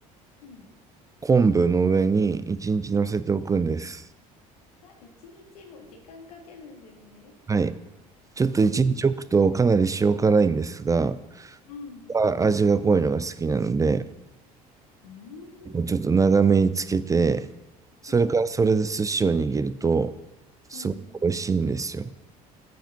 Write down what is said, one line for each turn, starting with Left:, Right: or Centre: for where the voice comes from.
Left: うん。
Right: 昆布の上に1日乗せておくんです。
Left: あ、一日も時間かけるんですね。
Right: はい。ちょっと1日置くとかなり塩辛いんですが、
Left: うん、うん、
Right: あ味が濃いのが好きなので、
Left: うん、
Right: ちょっと長めにつけて、それからそれで寿司を握ると、
Left: うん、
Right: すごく美味しいんですよ。
Left: うん。